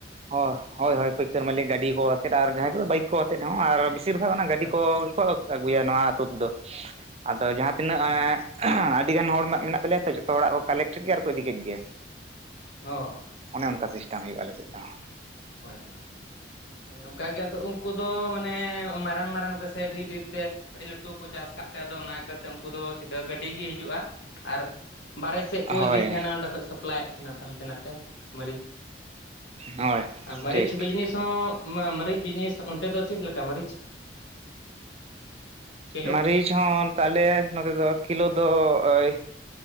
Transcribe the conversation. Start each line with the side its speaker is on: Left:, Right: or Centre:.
Right: ᱦᱚ ᱦᱚᱭ ᱦᱚᱭ ᱯᱟᱹᱭᱠᱟᱹᱨ ᱢᱟᱹᱞᱤᱠ ᱜᱟᱹᱰᱤ ᱠᱚ ᱟᱛᱮᱫ ᱟᱨ ᱡᱟᱦᱟᱸᱭ ᱠᱚᱫᱚ ᱵᱟᱭᱤᱠ ᱠᱚ ᱟᱛᱮᱫ ᱦᱚᱸ ᱟᱨ ᱵᱤ ᱥᱤᱨ ᱵᱷᱟᱜᱽ ᱚᱱᱟ ᱜᱟᱹᱰᱤ
Left: ᱦᱳᱭ
Right: ᱠᱚ ᱜᱮᱠᱚ ᱟᱹᱜᱩᱭᱟ ᱱᱚᱣᱟ ᱟᱹᱛᱳ ᱨᱮᱫᱚ ᱟᱫᱚ ᱡᱟᱦᱟᱸ ᱛᱤᱱᱟᱹᱜ
Left: ᱦᱳᱭ
Right: ᱮᱸᱼᱼ ᱟᱹᱰᱤ ᱜᱟᱱ ᱦᱚᱲ ᱱᱟᱜ ᱢᱮᱱᱟᱜ ᱛᱟᱞᱮᱭᱟ ᱛᱚ ᱡᱚᱛᱚ ᱦᱚᱲᱟᱜ ᱠᱚ ᱠᱟᱞᱮᱠᱴ ᱠᱮᱫ ᱜᱮ ᱟᱨᱦᱚᱸ ᱠᱚ ᱤᱫᱤ ᱠᱮᱫ ᱜᱮ᱾
Left: ᱚ ᱦᱚᱸ
Right: ᱚᱱᱮ ᱚᱱᱠᱟ ᱥᱤᱥᱴᱮᱢ ᱦᱩᱭᱩᱜ-ᱟ ᱟᱞᱮ ᱥᱮᱫ ᱫᱚ᱾
Left: ᱦᱳᱭ ᱦᱳᱭ᱾ ᱦᱮᱸ ᱚᱱᱠᱟᱜᱮ ᱟᱫᱚ ᱩᱱᱠᱩ ᱫᱚ ᱢᱟᱱᱮ ᱢᱟᱨᱟᱝ ᱢᱟᱨᱟᱝ ᱛᱮᱥᱮ ᱰᱷᱤᱨ ᱰᱷᱤᱨ ᱛᱮᱼᱼ ᱟᱹᱰᱤ ᱞᱟᱹᱴᱩ ᱠᱚ ᱪᱟᱥ ᱟᱠᱟᱫ ᱛᱟᱦᱮᱸ ᱚᱱᱟ ᱠᱟᱛᱮ ᱩᱱᱠᱩ ᱫᱚ ᱥᱤᱫᱷᱟᱹ ᱜᱟᱹᱰᱤ ᱜᱮ ᱦᱤᱡᱩᱜᱼᱟ ᱟᱨᱼᱼ ᱵᱟᱦᱨᱮ ᱥᱮᱫ ᱠᱚ
Right: ᱦᱳᱭ
Left: ᱤᱫᱤᱭ ᱛᱟᱦᱮᱸᱱᱟ ᱚᱸᱰᱮ ᱠᱷᱚᱡ ᱥᱟᱯᱞᱟᱭᱮᱫ ᱛᱟᱦᱮᱸᱱᱟ ᱦᱟᱱᱛᱮ ᱱᱟᱛᱮ ᱢᱟᱹᱨᱤᱪ
Right: ᱦᱳᱭ᱾
Left: ᱟᱨ ᱢᱟᱹᱨᱤᱪ
Right: ᱴᱷᱤᱠ
Left: ᱵᱤᱡᱽᱱᱮᱥ ᱦᱚᱸ ᱢᱟᱹᱨᱤᱪ ᱵᱤᱡᱽᱱᱮᱥ ᱚᱱᱛᱮ ᱫᱚ ᱪᱮᱫ ᱞᱮᱠᱟ ᱢᱟᱹᱨᱤᱪ? ᱠᱤᱞᱳ?
Right: ᱢᱟᱹᱨᱤᱪ ᱦᱚᱸ ᱛᱟᱦᱞᱮ ᱱᱚᱛᱮ ᱫᱚ ᱠᱤᱞᱳ ᱫᱚ ᱳᱭ